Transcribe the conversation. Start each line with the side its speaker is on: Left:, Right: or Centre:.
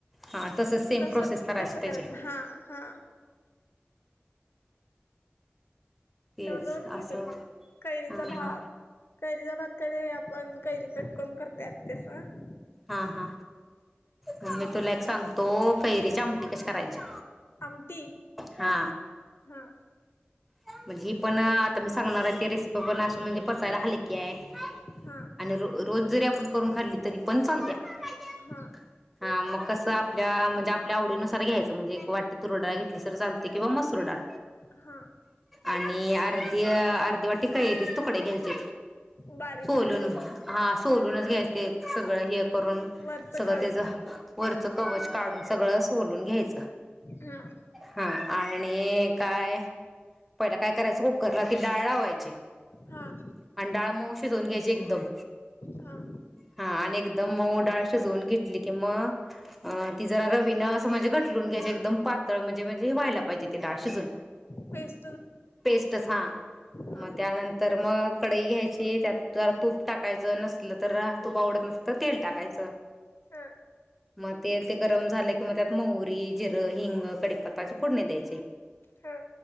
Centre: हा तसंच सेम
Left: तस
Centre: प्रोसेस करायची
Left: तस
Centre: त्याची
Left: करायचं हा हा
Centre: तेच
Left: तेवढं दोनच येत्यात
Centre: असं
Left: मला, कैरीचा
Centre: हा
Left: भात
Centre: हा
Left: कैरीचा भात कणी आपण कैरी कट करून करत्यात तसं
Centre: हा हा ह मी तुला एक सांगतो. कैरीची आमटी कशी करायची?
Left: आमटी
Centre: हा
Left: हा
Centre: म्हणजी ही पण आता मी सांगणाराय, ती रेसिपी पण अशी म्हणजे पचायला हलकी आय. काय
Left: हा
Centre: आणि रो रोज जरी आपण करून खाल्ली तरी पण चालत्या, <unintelligible>
Left: हा
Centre: हा मग कसं आपल्या म्हणजे आपल्या आवडीनुसार घ्यायचं म्हणजे एक वाटी तुर डाळ घेतलीस तर चालते किंवा मसूर डाळ
Left: हां
Centre: आणि अर्धी अर्धी वाटी कैरी चे तुकडे घ्यायची
Left: बारीक
Centre: सोलून
Left: काप करून
Centre: हा सोलूनच
Left: हा
Centre: घ्यायचे सगळं हे करून
Left: वरच
Centre: सगळ
Left: काढून
Centre: त त्याझ वरचं कवच काढून सगळं सोलून घ्यायचं
Left: हा
Centre: हा आणि काय पहिला काय करायचं कुकरला ती डाळ लावायची
Left: हा
Centre: आणि डाळ मऊ शिजवून घ्यायच जे एकदम
Left: हां
Centre: हा आणि एकदम मऊ डाळ शिजवून घेतली की मग अ हां ती जरा रवीन असं म्हणजे घटलून घ्यायची एकदम पातळ म्हणजे म्हणजे हे व्हायला पाहिजे ते डाळ शिजून
Left: बैस
Centre: पेस्टच हां
Left: हा.
Centre: मग त्यानं तर मग कडई घ्यायची त्यात जरा तूप टाकायचं नसल तर मग तूप आवडत नसलं तर तेल टाकायच
Left: हा
Centre: मग तेल ते गरम झालं कि मग त्यात मोहरी जिरं हिंग कढीपत्त्याची फोडणी दयायची
Left: हा